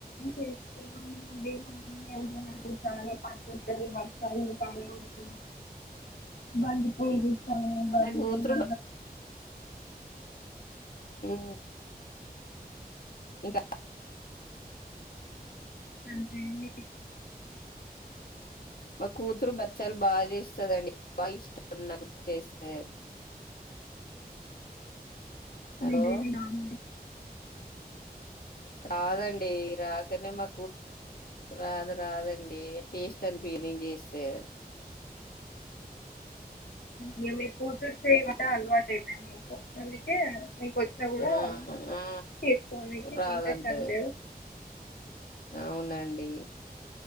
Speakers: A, on the left; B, on the left.
A: చేస్తున్నానండి. మా మమ్మీ ఎవరు నాకు చాలా పంచకర్రీ బస్తాలు కాలు ఉన్నాయి. బంతి పూలు గుచ్చాము బంతి
B: నాకు కూతురు
A: పూలు
B: ఏ ఇకా
A: అంతే అండి
B: మా కూతురు బచ్చాలు బాగా చేస్తదండి బాగా ఇష్టమండి నాకు చేస్తే
A: <unintelligible>
B: హలో! రాదండి రాకనే మా రాదు రాదండి టేస్ట్ అనిపియదు నేన్ చేస్సే,
A: ఇగ మీ కూతురు సేయ్ వంట అలవాటు అయిపోయింది. మీకు అందుకే మీకు వచ్చిన కూడా
B: ఆ! ఆ!
A: చేసుకోనికి,
B: రాదంటది.
A: ఇంట్రెస్ట్ అనిపియ్యదు
B: అవునండి